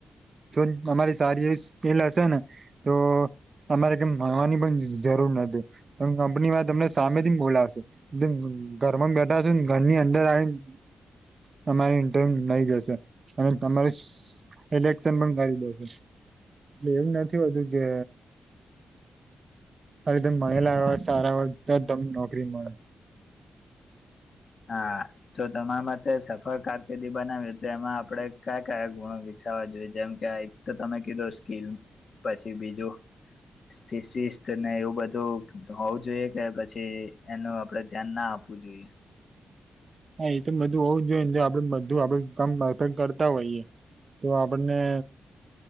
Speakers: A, on the right; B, on the left.
A: જો અમારી સારી એવી સ્કીલ હશે ને તો અમારે કેમ ભણવાની પણ જરૂર નથી કંપનીમાં તમને સામેથી બોલાવશે. ઘરમાં બેઠા હશેને ઘરની અંદર આવીને. તમારી ઇન્ટરવ્યૂ લઈ જશે અને તમારે સિલેક્શન પણ કરી દેશે. એમ નથી હોતું કે ખાલી તમે ભણેલા હોય સારા હોય તો તમને નોકરી મળે.
B: હા. તો તમારા માટે સફળ કારકિર્દી બનાવી તો એમાં આપણે કયા કયા ગુણો વિકસાવવા જોઈએ જેમ કે તો તમે કીધું સ્કીલ પછી બીજું થીસીસને એવું બધું હોવું જોઈએ કે પછી એનું આપણે ધ્યાન ના આપ જોઈએ.
A: હા, એતો બધું હોવું જોઈએ ને જો આપણે બધું આપણે કામ પરફેક્ટ કરતા હોઈએ. તો આપણને